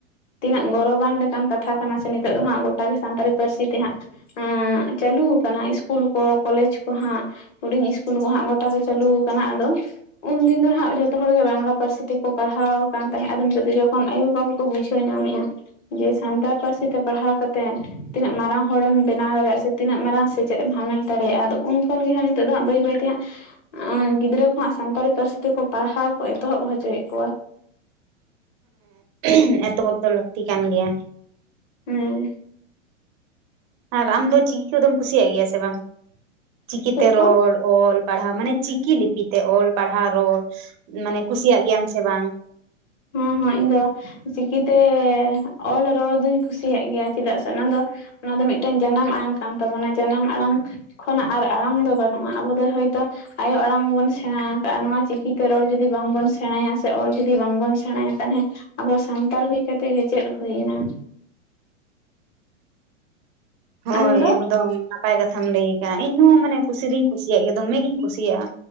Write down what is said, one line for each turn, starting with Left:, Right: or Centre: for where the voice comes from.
Left: ᱛᱤᱱᱟᱹᱜ ᱜᱚᱨᱚᱵᱟᱱ ᱞᱮᱠᱟᱱ ᱠᱟᱛᱷᱟ ᱠᱟᱱᱟ ᱥᱮ ᱱᱤᱛᱚᱜ ᱫᱚ ᱦᱟᱸᱜ ᱜᱚᱴᱟᱮ ᱥᱟᱱᱛᱟᱲᱤ ᱯᱟᱹᱨᱥᱤ ᱛᱮ ᱦᱟᱸᱜ ᱪᱟᱹᱞᱩ ᱟᱠᱟᱱᱟ ᱤᱥᱠᱩᱞ ᱠᱚ ᱠᱚᱞᱮᱡᱽᱼᱼ ᱠᱚ ᱦᱟᱸᱜ ᱦᱩᱰᱤᱧ ᱤᱥᱠᱩᱞ ᱠᱚ ᱦᱟᱸᱜ ᱜᱚᱴᱟ ᱜᱮ ᱪᱟᱹᱞᱩ ᱟᱠᱟᱱᱟ ᱟᱫᱚᱼᱼ ᱩᱱᱫᱤᱱ ᱫᱚ ᱦᱟᱸᱜ ᱡᱷᱚᱛᱚ ᱦᱚᱲ ᱜᱮ ᱵᱟᱝᱞᱟ ᱯᱟᱹᱨᱥᱤ ᱛᱮᱠᱚ ᱯᱟᱲᱦᱟᱣ ᱠᱟᱱ ᱛᱟᱦᱮᱸᱫ ᱟᱫᱚ ᱱᱤᱛᱚᱜ ᱫᱚ ᱡᱚᱠᱷᱚᱱ ᱟᱭᱩᱵᱟ ᱠᱚ ᱵᱩᱡᱷᱟᱹᱣ ᱧᱟᱢᱮᱫᱼᱟ᱾ ᱡᱮ ᱥᱟᱱᱛᱟᱲ ᱯᱟᱹᱨᱥᱤ ᱛᱮ ᱯᱟᱲᱦᱟᱣ ᱠᱟᱛᱮ ᱛᱤᱱᱟᱹᱜ ᱢᱟᱨᱟᱝ ᱦᱚᱲᱮᱢ ᱵᱮᱱᱟᱣ ᱫᱟᱲᱮᱭᱟᱜᱼᱟ ᱥᱮᱼᱼ ᱛᱤᱱᱟᱹᱜ ᱢᱟᱨᱟᱝ ᱥᱮᱪᱮᱫ ᱮᱢ ᱦᱟᱢᱮᱴ ᱫᱟᱲᱮᱭᱟᱜᱼᱟ ᱟᱫᱚ ᱩᱱ ᱠᱷᱚᱱ ᱜᱮ ᱦᱟᱸᱜ ᱱᱤᱛᱚᱜ ᱫᱚ ᱦᱟᱸᱜ ᱵᱟᱹᱭ ᱵᱟᱹᱭᱛᱮ ᱦᱟᱸᱜ ᱜᱤᱫᱽᱨᱟᱹ ᱠᱚᱦᱣᱟᱜ ᱥᱟᱱᱛᱟᱲᱤ ᱯᱟᱹᱨᱥᱤ ᱛᱮᱠᱚ ᱯᱟᱲᱦᱟᱣ ᱠᱚ ᱮᱛᱚᱦᱚᱵ ᱦᱚᱪᱚᱭᱮᱫ ᱠᱚᱣᱟ᱾
Right: ᱦᱮᱸ ᱮᱛᱚᱦᱚᱵ ᱫᱚ ᱞᱟᱹᱠᱛᱤ ᱠᱟᱱ ᱜᱮᱭᱟ᱾
Left: ᱦᱮᱸ
Right: ᱟᱨ ᱟᱢ ᱫᱚ ᱪᱤᱠᱤ ᱠᱚᱫᱚᱢ ᱠᱩᱥᱤ ᱭᱟᱜ ᱜᱮᱭᱟ ᱥᱮ ᱵᱟᱝ? ᱪᱤᱠᱤᱛᱮ
Left: ᱪᱮᱫ
Right: ᱨᱚᱲ
Left: ᱠᱚ
Right: ᱚᱞ ᱯᱟᱲᱦᱟᱣ ᱢᱟᱱᱮ ᱪᱤᱠᱤᱼᱼ ᱪᱤᱠᱤᱛᱮ ᱚᱞ ᱯᱟᱲᱦᱟᱣ ᱨᱚᱲ ᱢᱟᱱᱮ ᱠᱩᱥᱤᱭᱟᱜ ᱜᱮᱭᱟᱢ ᱥᱮ ᱵᱟᱝ?
Left: ᱦᱚᱸ ᱦᱚᱸ ᱤᱧ ᱫᱚ ᱪᱤᱠᱤᱛᱮᱼᱼ ᱚᱞ ᱨᱚᱲ ᱫᱩᱧ ᱠᱩᱥᱤᱭᱟᱜ ᱜᱮᱭᱟ ᱪᱮᱫᱟᱜ ᱥᱮ ᱚᱱᱟ ᱫᱚᱼᱼ ᱚᱱᱟ ᱫᱚ ᱢᱤᱫᱴᱟᱝ ᱡᱟᱱᱟᱢ ᱟᱲᱟᱝ ᱠᱟᱱ ᱛᱟᱵᱚᱱᱟ ᱡᱟᱱᱟᱢ ᱟᱲᱟᱝ ᱠᱷᱚᱱᱟᱜ ᱟᱨ ᱟᱲᱟᱝ ᱫᱚ ᱵᱟᱹᱱᱩᱜᱼᱟ ᱟᱵᱚ ᱫᱚ ᱦᱳᱭᱛᱳ ᱟᱭᱳ ᱟᱲᱟᱝ ᱵᱚᱱ ᱥᱮᱬᱟ ᱟᱠᱟᱜᱼᱟ ᱱᱚᱣᱟᱼᱼ ᱪᱤᱠᱤᱛᱮ ᱨᱚᱲ ᱡᱩᱫᱤ ᱵᱟᱝᱵᱚᱱ ᱥᱮᱬᱟᱭᱟ᱾ ᱚᱞ ᱡᱩᱫᱤ ᱵᱟᱝᱵᱚᱱ ᱥᱮᱬᱟᱭᱟ ᱛᱟᱦᱚᱞᱮ ᱟᱵᱚ ᱥᱟᱱᱛᱟᱲ ᱦᱩᱭ ᱠᱟᱛᱮᱜ ᱜᱮ ᱪᱮᱫ ᱦᱩᱭᱮᱱᱟ᱾
Right: ᱦᱳᱭ
Left: ᱟᱢ ᱫᱚ
Right: ᱮᱠᱫᱚᱢ ᱱᱟᱯᱟᱭ ᱠᱟᱛᱷᱟᱢ ᱞᱟᱹᱭ ᱠᱟᱟᱜᱼᱟ ᱤᱧᱦᱚᱸ ᱢᱟᱱᱮ ᱠᱩᱥᱤ ᱫᱩᱧ ᱠᱩᱥᱤᱭᱟᱜ ᱜᱮᱭᱟ ᱫᱚᱢᱮ ᱜᱤᱧ ᱠᱩᱥᱤᱭᱟᱜᱼᱟ᱾